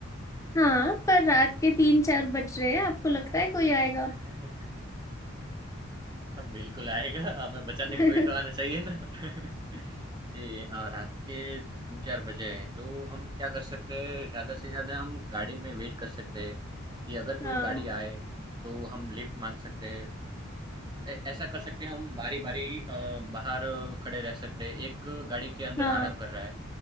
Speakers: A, on the left; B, on the right.
A: हाँ पर रात के तीन चार बज रहे हैं आपको लगता है कोई आएगा
B: है <laughs> हाँ, बिल्कुल आएगा हमें बचाने
A: <laughs>
B: कोई तो आना चाहिए ना <laughs> जी अ, रात के तीन चार बजे हैं, तो हम क्या कर सकते हैं ज्यादा से ज्यादा हम गाड़ी में वेट कर सकते हैं कि अगर
A: अच्छा
B: कोई गाड़ी आए तो हम लिफ्ट मांग सकते हैं ए- ऐसा कर सकते हैं हम बारी बारी अ, बाहर खड़े रह सकते हैं एक गाड़ी के अंदर
A: हाँ
B: आराम कर रहा है